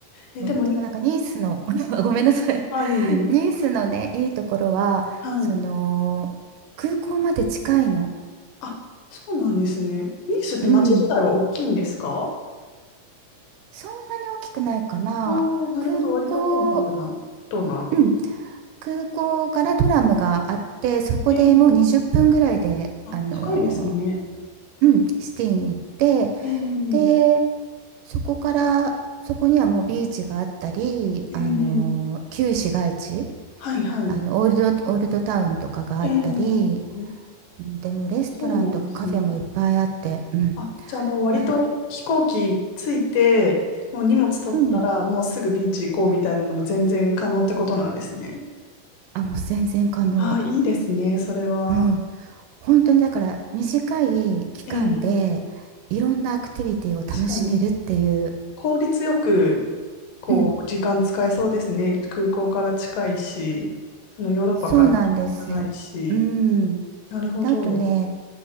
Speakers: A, on the left; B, on the right.
A: えでも、
B: うんでもなんかニースの、
A: ええ
B: <laughs> ごめんなさい。
A: あ、いいの
B: ニースのね、いいところは、
A: はい。
B: その、空港まで近いの。
A: あ、そうなんですね。ニースって町自体は大きいんですか
B: うん、そんなに大きくないかな。
A: ああー、なるほど。
B: 空港、
A: 割とコンパクな、とな。
B: うん空港からトラムがあって、そこでもう20分ぐらいで、
A: ええあ、
B: あの
A: 近いですね。
B: ーうん、シティに行って、
A: え
B: で、
A: え
B: そこから、そこにはもうビーチがあったり、あのー旧市街地、
A: ええはいはい。
B: あの、オールド、オールドタウンとかがあったり、
A: ええ
B: うんでもレストランとかカフェもいっぱいあって、
A: そうなんですね。
B: うん、
A: あ、じゃあもう割と飛行機着いて、
B: な、
A: もう荷物取ったら、
B: うん、
A: もうすぐビーチ行こうみたいなのも全然可能ってことなんですね。
B: あ、もう全然可能。
A: ああ、いいですね、それは。
B: うん、本当にだから短い期間で、
A: ええ
B: いろんなアクティビティを楽しめるっていう、
A: 確かに。効率よく、こう、
B: うん、
A: 時間使えそうですね。空港から近いし、そのヨーロッパから遠くないし。
B: そうなんですよ。うん。
A: なるほど。
B: で、あとね、